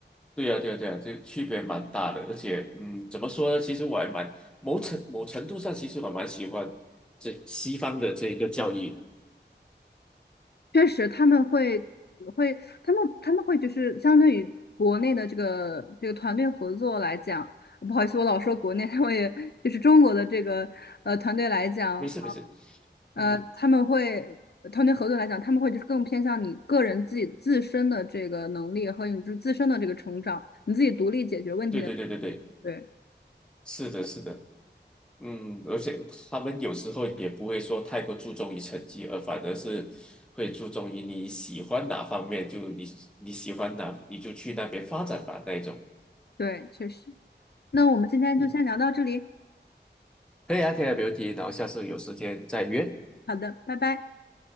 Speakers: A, in the centre; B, on the left (about 60°).
A: 对呀，对呀，对呀，这区别蛮大的，而且，嗯，怎么说呢？其实我还蛮某程某程度上，其实我蛮喜欢这西方的这一个教育的。
B: 确实，他们会会，他们他们会就是相对于国内的这个这个团队合作来讲，不好意思，我老说国内，<laughs> 我也就是中国的这个呃团队来讲，
A: 没事，没事，
B: 呃，
A: 嗯哼，
B: 他们会团队合作来讲，他们会就是更偏向你个人自己自身的这个能力和你自自身的这个成长，你自己独立解决问题的。
A: 对对对对对，
B: 对
A: 是的，是的。嗯，而且他们有时候也不会说太过注重于成绩，而反而是会注重于你喜欢哪方面，就你你喜欢哪，你就去那边发展吧那一种。
B: 对，确实。那我们今天就先聊到这里，
A: 嗯，可以啊，可以啊，没问题。然后下次有时间再约，
B: 好的，拜拜。